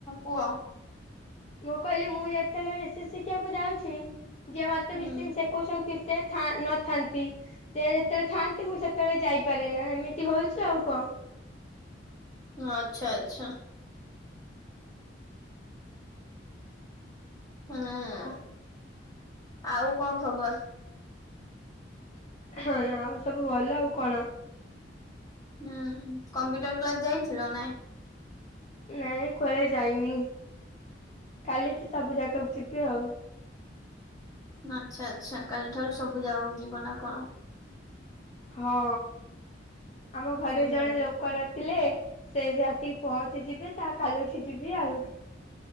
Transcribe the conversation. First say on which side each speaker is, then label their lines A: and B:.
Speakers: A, on the left (about 20°); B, on the left (about 35°).
A: କୁହ
B: ମୁଁ କହିଲି ମୁଁ ଯେତେବେଳେ ମିସିନ୍ ଶିଖିବାକୁ ଯାଉଛି ଯିଏ ମତେ
A: ହୁଁ
B: ମିସିନ୍ ଶିଖେଉଛନ୍ତି ସେ ନଥାନ୍ତି ସେ ଯେତେବେଳେ ଥାଆନ୍ତି ମୁଁ ସେତେବେଳେ ଯାଇପାରେ ନା ଏମିତି ହଉଛି ଆଉ କଣ।
A: ଆଚ୍ଛା ଆଚ୍ଛା ହୁଁ ଆଉ କଣ ଖବର
B: ଆଉ ସବୁ ଭଲ ଆଉ କଣ
A: ହୁଁ କମ୍ପ୍ୟୁଟର କ୍ଲାସ ଯାଇଥିଲ ନାଇଁ
B: ନାଇଁ କୁଆଡେ ଯାଇନି କାଲିଠୁ ସବୁ ଯାଗାକୁ ଯିବି ଆଉ
A: ଆଚ୍ଛା ଆଚ୍ଛା କାଲିଠାରୁ ସବୁ ଯାଗକୁ ଯିବ ନା କଣ
B: ହଁ ଆମ ଘରେ
A: ହୁଁ
B: ଜଣେ ଲୋକ ନଥିଲେ ସେ ବି ଆସିକି ପହଞ୍ଚ ଯିବେ ତା କାଲିଠି ଯିବି ଆଉ